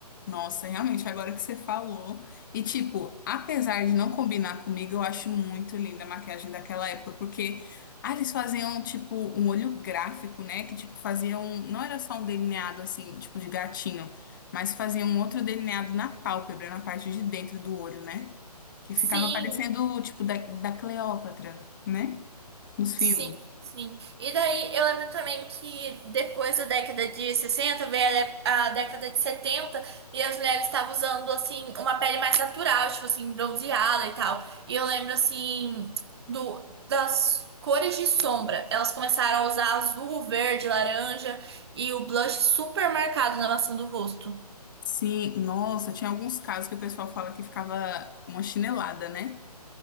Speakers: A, on the left; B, on the right.
A: Nossa, realmente, agora que você falou. E, tipo, apesar de não combinar comigo, eu acho muito linda a maquiagem daquela época, porque ah, eles faziam, tipo, um olho gráfico, né? Que, tipo, faziam. Não era só um delineado, assim, tipo, de gatinho, mas faziam um outro delineado na pálpebra, na parte de dentro do olho, né? Que
B: Sim,
A: ficava parecendo, tipo, da, da Cleópatra, né? Nos
B: sim,
A: filmes.
B: sim. sim. E daí eu lembro também que depois da década de 60 veio a, dé- a década de 70 e as mulheres estavam usando assim uma pele mais natural, tipo assim, bronzeada e tal. E eu lembro assim do das cores de sombra. Elas começaram a usar azul, verde, laranja e o blush super marcado na maçã do rosto.
A: Sim, nossa, tinha alguns casos que o pessoal fala que ficava uma chinelada, né?